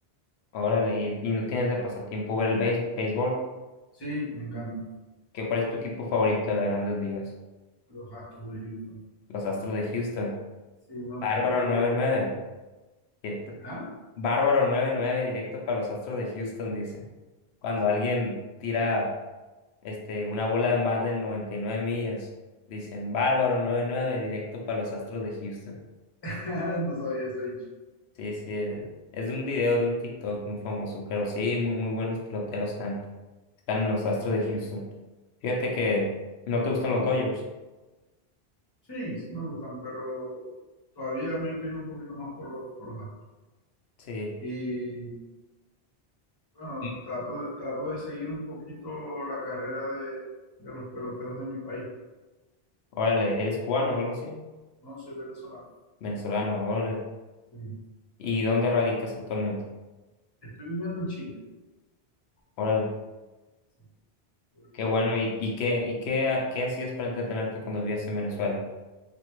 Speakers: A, on the left; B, on the left.
A: órale. ¿Y, y no tienes de pasatiempo ver el béis- béisbol?
B: Sí, me encanta.
A: ¿Qué, cuál es tu equipo favorito de las grandes ligas?
B: Los Astros de Houston.
A: Los Astros de Houston.
B: Sí, me gustaría
A: Bárbaro
B: que.
A: nueve nueve directo.
B: ¿Ah?
A: Bárbaro nueve nueve directo para los Astros de Houston, dicen. Cuando
B: Sí.
A: alguien tira este, una bola de más de 99 millas, dicen Bárbaro nueve nueve directo para los Astros de Houston.
B: <laughs> No sabía ese dicho.
A: Sí, sí. eh, Es de un video de un TikTok muy famoso, pero sí, muy, muy buenos peloteros han. Están en los Astros de Houston. Fíjate que no te gustan los Dodgers.
B: Sí, sí me gustan, pero todavía me inclino un poquito más por los, por los Astros.
A: Sí.
B: Y bueno,
A: Sí.
B: trato de, trato de seguir un poquito la carrera de, de los peloteros de mi país.
A: Órale, ¿eres cubano o algo así?
B: No soy venezolano.
A: Venezolano, órale.
B: Sí.
A: ¿Y dónde radicas actualmente?
B: Estoy viviendo en Chile.
A: Órale.
B: Sí. Porque,
A: Qué
B: bueno,
A: bueno. ¿Y, y qué, y qué, qué hacías para entretenerte cuando vivías en Venezuela?